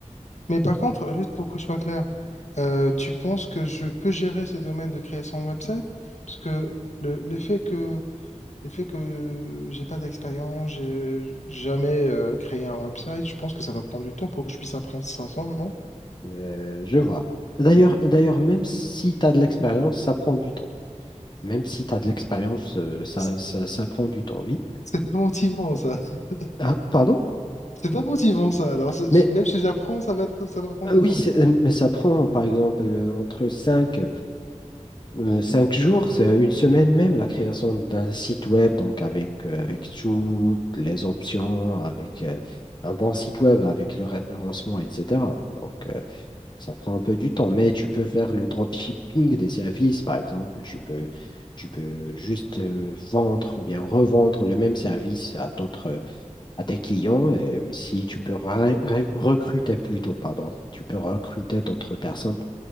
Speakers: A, on the left; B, on the left.
A: Mais par contre, juste pour que je sois clair, euh, tu penses que je peux gérer ces domaines de création de website? Parce que le, le fait que Le fait que j'ai pas d'expérience, j'ai jamais euh, créé un website, je pense que ça va prendre du temps pour que je puisse apprendre 500, non?
B: Euh, je vois. D'ailleurs, d'ailleurs, même si tu as de l'expérience, ça prend du temps. Même si tu as de l'expérience, euh, ça,
A: C'est
B: ça, ça prend du temps, oui.
A: c'est pas motivant ça. <laughs>
B: Ah, pardon?
A: C'est pas motivant ça. Alors c'est-
B: Mais
A: même si j'apprends, ça va être, ça va prendre
B: euh,
A: du
B: oui,
A: temps.
B: c'est- euh, mais ça prend, par exemple, euh, entre 5 Euh, cinq jours, c'est une semaine même, la création d'un site web, donc avec, euh, avec toutes les options, avec euh, un bon site web, avec le référencement, etc. Donc, euh, ça prend un peu du temps, mais tu peux faire le dropshipping des services, par exemple. Tu peux, tu peux juste euh, vendre ou bien revendre le même service à d'autres, à tes clients. Et aussi, tu peux ra- ra- recruter plutôt, pardon. Tu peux recruter d'autres personnes